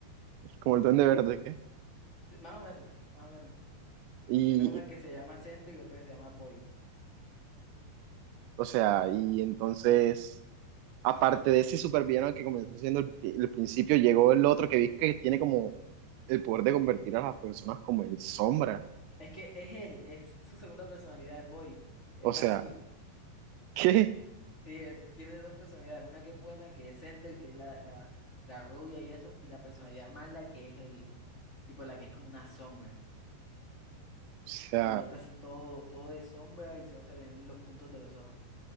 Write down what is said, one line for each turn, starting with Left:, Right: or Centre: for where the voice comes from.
Right: como el Duende Verde, ¿qué?
Left: Más o menos, más o menos.
Right: Y,
Left: Tiene una que se llama Sentry y otra que se llama Void.
Right: o sea, y entonces. aparte de ese supervillano que comenzó siendo el, pri- el principio, llegó el otro que vi que tiene como el poder de convertir a las personas como en sombra.
Left: Es que es él, es su segunda personalidad, es Void, es
Right: O
Left: vacío.
Right: sea, <laughs> ¿qué? O
Left: Sí, él tiene dos personalidades, una que es buena, que es Center, que es la, la, la rubia y eso, y la personalidad mala, que es el tipo, la que es como una sombra.
Right: sea,
Left: Se convierte así todo, todo de sombra y solo se ven los puntos de los ojos.